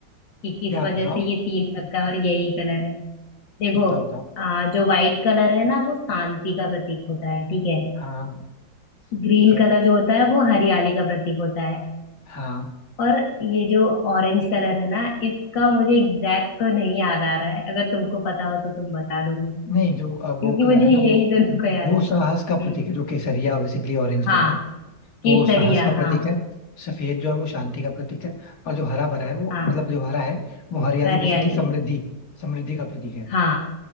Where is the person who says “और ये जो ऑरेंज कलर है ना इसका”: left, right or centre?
Left